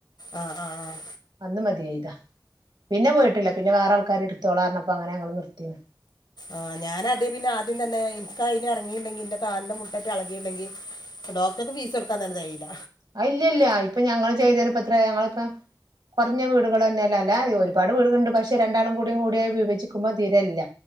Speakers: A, on the left; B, on the right.
A: ആഹ് ആഹ് ആഹ്
B: അന്ന് മതിയായതാ പിന്നെ പോയിട്ടില്ല പിന്നെ വേറെ ആൾക്കാര് എടുത്തോളാന്നരന്നപ്പോ അങ്ങന ഞങ്ങള് നിർത്തിന്
A: ആഹ് ഞാന അതേ പിന്നെ ആദ്യം തന്നെ ഇന്ക്ക് അയിന് ഇറങ്ങിയിണ്ടെങ്കി ഇന്റെ കാലിന്റെ മുട്ടാട്ടെ ഇളകിണ്ടെങ്കിൽ ഡോക്ടർക്ക് ഫീസ് കൊടുക്കാൻ തന്നെ തിയില്ല
B: ആഹ് ഇല്ല ഇല്ല ഇപ്പൊ ഞങ്ങള് ചെയ്തന്പ്പത്ര ഞങ്ങളിപ്പം കുറഞ്ഞ വീടുകൾ തന്നെയല്ല അല്ല ഒരുപാട് വീടുണ്ട് പക്ഷേ രണ്ടാളും കൂടിയായി അഹ്‌ വിഭജിക്കുമ്പോ തീരയില്ല